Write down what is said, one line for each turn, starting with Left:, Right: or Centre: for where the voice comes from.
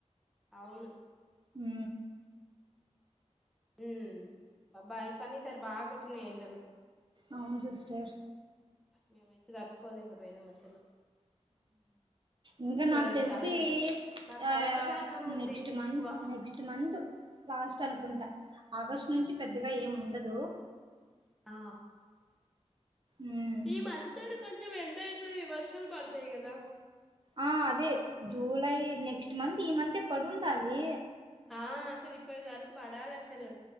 Centre: అవును
Right: ఉ
Centre: ఉ అబ్బాయి కనీసరి బాగా కుట్టినయి ఎండాలు
Right: అవును సిస్టర్
Centre: మేమైతే తట్కోలేకపోయియానాం అసలు
Right: ఇంకా
Centre: ఊకే
Right: నాకు తెలిసి
Centre: కరెంట్ మాకు
Right: యా
Centre: కరెంట్
Right: యా
Centre: ప్రాబ్లం ఉంది
Right: నెక్స్ట్ మంత్
Centre: ఎక్కువ
Right: నెక్స్ట్ మంత్ లాస్ట్ అనుకుంటా ఆగస్టు నుంచి పెద్దగా ఏం ఉండదు
Centre: ఆ
Right: ఉమ్
Centre: ఈ మంచ తాడు కొంచెం ఎండ అయితుది వర్షాలు పడతాయి కదా
Right: ఆ అదే జూలై నెక్స్ట్ మంత్ ఈ మంత్ే పడి ఉండాలి
Centre: ఆ అసలు ఇప్పడు గరకు పడాలి అసలు